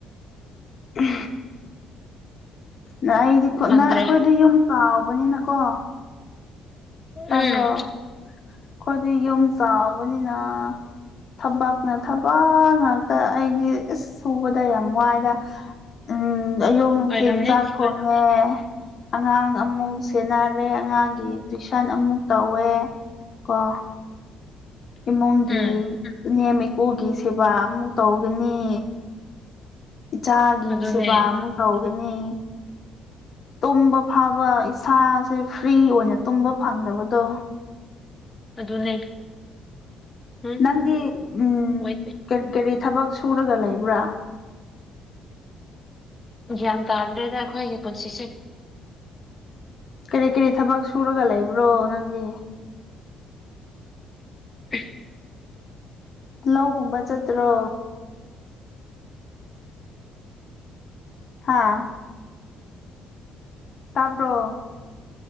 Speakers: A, on the left; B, on the left.
A: ꯎ ꯅ ꯑꯩꯗꯤꯅ
B: ꯈꯪꯗ꯭ꯔꯦ
A: ꯑꯩꯈꯣꯏꯗꯤ ꯌꯨꯝ ꯆꯥꯎꯕꯅꯤꯅꯀꯣ ꯇꯕ꯭ꯔꯣ
B: ꯎꯝ
A: ꯑꯩꯈꯣꯏꯗꯤ ꯌꯨꯝ ꯆꯥꯎꯕꯅꯤꯅ ꯊꯛꯕꯛꯥꯛꯅ ꯊ ꯋꯥ ꯉꯥꯛꯇ ꯑꯩꯗꯤ ꯏꯁ ꯁꯨꯕꯗ ꯌꯥꯝ ꯋꯥꯏꯅ ꯎ ꯑꯌꯣꯛ ꯅꯨꯡꯊꯤꯟ
B: ꯑꯣꯏꯔꯝꯅꯤ
A: ꯆꯥꯛ ꯊꯣꯡꯉꯦ ꯑꯉꯥꯡ ꯑꯃꯨꯛ ꯁꯦꯟꯅꯔꯦ ꯑꯉꯥꯡꯒꯤ ꯇꯨꯋꯏꯁꯟ ꯑꯃꯨꯛ ꯇꯧꯋꯦ ꯀꯣ ꯏꯃꯨꯡꯒꯤ
B: ꯎꯝ
A: ꯏ ꯅꯅꯦꯝ ꯏꯀꯨꯒꯤ ꯁꯦꯕꯥ ꯑꯃꯨꯛ ꯇꯧꯒꯅꯤ ꯏꯆꯥꯒꯤ
B: ꯑꯗꯨꯅꯦ
A: ꯁꯦꯕꯥ ꯑꯃꯨ ꯀꯧꯒꯅꯤ ꯇꯨꯝꯕ ꯐꯥꯎꯕ ꯏꯁꯥꯁꯦ ꯐ꯭ꯔꯤ ꯑꯣꯏꯅ ꯇꯨꯝꯕ ꯐꯪꯗꯕꯗꯣ
B: ꯑꯗꯨꯅꯦ ꯎꯝ
A: ꯅꯪꯗꯤ ꯎꯝ
B: ꯋꯦꯠ ꯋꯦꯠ
A: ꯀꯔꯤ ꯀꯔꯤ ꯊꯕꯛ ꯁꯨꯔꯒ ꯂꯩꯕ꯭ꯔꯥ
B: ꯒ꯭ꯌꯥꯟ ꯇꯥꯗ꯭ꯔꯦꯗ ꯑꯩꯈꯣꯏꯒꯤ ꯄꯨꯟꯁꯤꯁꯦ
A: ꯀꯔꯤ ꯀꯔꯤ ꯊꯕꯛ ꯁꯨꯔꯒ ꯂꯩꯕ꯭ꯔꯣ ꯅꯪꯗꯤ
B: <unintelligible>
A: ꯂꯧꯒꯨꯝꯕ ꯆꯠꯇ꯭ꯔꯣ ꯍꯥꯥ ꯇꯥꯕ꯭ꯔꯣ